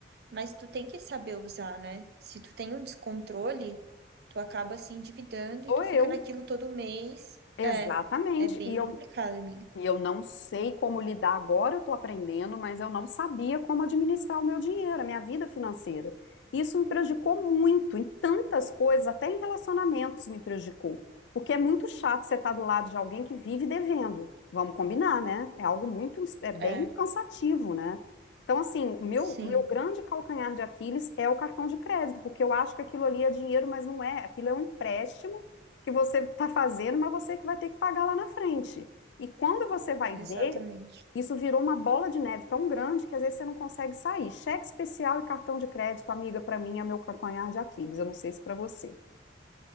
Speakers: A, on the right (about 55°); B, on the left (about 70°).
A: mas tu tem que saber usar, né? Se tu tem um descontrole, tu acaba se endividando e
B: Sou
A: tu fica
B: eu.
A: naquilo todo mês.
B: Exatamente.
A: É, é bem
B: E eu
A: complicado, amiga.
B: E eu não sei como lidar agora, eu estou aprendendo, mas eu não sabia como administrar o meu dinheiro, a minha vida financeira. Isso me prejudicou muito, em tantas coisas, até em relacionamentos me prejudicou. Porque é muito chato você estar do lado de alguém que vive devendo. Vamos combinar, né? É algo muito, é bem
A: É,
B: cansativo, né? Então, assim, o meu,
A: sim,
B: o meu grande calcanhar de Aquiles é o cartão de crédito, porque eu acho que aquilo ali é dinheiro, mas não é. Aquilo é um empréstimo que você está fazendo, mas você que vai ter que pagar lá na frente. E quando você vai
A: exatamente.
B: ver, isso virou uma bola de neve tão grande que às vezes você não consegue sair. Cheque especial e cartão de crédito, amiga, para mim é meu calcanhar de Aquiles. Eu não sei se para você.